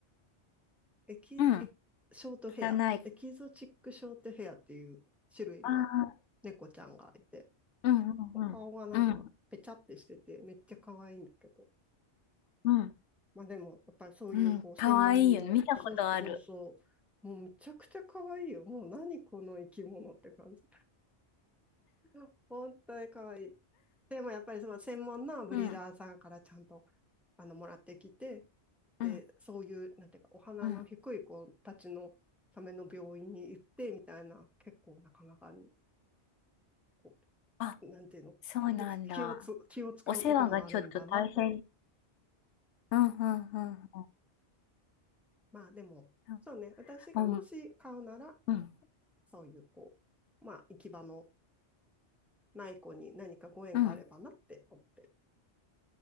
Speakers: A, in the centre; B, on the left.
A: エキ、
B: うん、
A: エキショートヘア、
B: がない。
A: エキゾチックショートヘアっていう種類の
B: ああ、
A: 猫ちゃんがいて、
B: うん、うん、
A: お顔がなんかぺちゃってしてて、
B: うん、うん、
A: めっちゃ可愛いんだけど。
B: うん。
A: まあでも、やっぱりそういうこう専門の、
B: うん、かわいいよね。見たことある。
A: そうそうそう、もうむちゃくちゃ可愛いよ。もう何この生き物って感じ。<laughs> 本当に可愛い。でもやっぱりその専門のブリーダーさんからちゃんと
B: うん、
A: あのもらってきて、
B: うん、
A: で、そういう、なんていうか、お花の低い子たちのための病院に行ってみたいな、
B: うん。
A: 結構なかなかに、こ
B: あ、
A: う、なんていうの、
B: そうなんだ。
A: <laughs> 気をつ、気を使うこともあるんだなと。
B: お世話がちょっと大変。うん、うん、うん。
A: まあでも、
B: う
A: そうね、私がもし買うなら、
B: ん、うん。
A: そういうこう、まあ行き場のない子に何かご縁があればなって思ってる。
B: うん。